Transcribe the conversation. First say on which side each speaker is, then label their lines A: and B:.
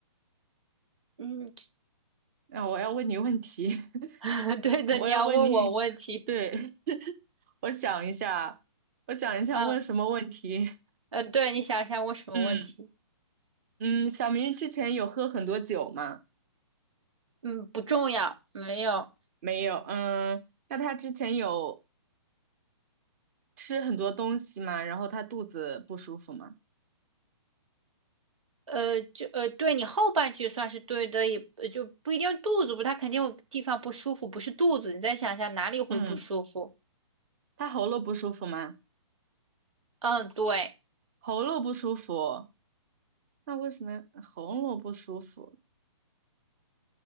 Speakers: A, on the right (about 85°); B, on the right (about 30°).
A: 嗯，
B: 那我要问你问题，<laughs>
A: <laughs> 对的，
B: 我要问你，
A: 你要问我问题。
B: 对，<laughs> 我想一下，我想一下问什么问题？
A: 嗯，呃，对，你想想问什么问题？
B: 嗯嗯，小明之前有喝很多酒吗？
A: 嗯，不重要，没有，
B: 没有。嗯，那他之前有吃很多东西吗？然后他肚子不舒服吗？
A: 呃，就呃，对你后半句算是对的，也呃就不一定肚子不，他肯定有地方不舒服，不是肚子，你再想一下哪里会不舒服？
B: 嗯，他喉咙不舒服吗？
A: 嗯，对，
B: 喉咙不舒服，那为什么喉咙不舒服？